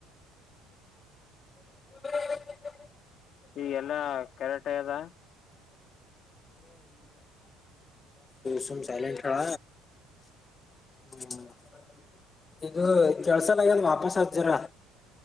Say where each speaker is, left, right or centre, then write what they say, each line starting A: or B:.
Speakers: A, on the left; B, on the left.
A: ಹ <unintelligible> <inaudible>
B: ಈಗೆಲ್ಲಾ ಕೆರೆಟ ಆಗೆದ
A: ಸುಮ ಸೈಲಟ್ ಆಳ ಹ್ಮ್ <unintelligible> ಇದು ಕೆಳ್ಸಲ್ಗನ್ ವಾಪಸ್ <unintelligible>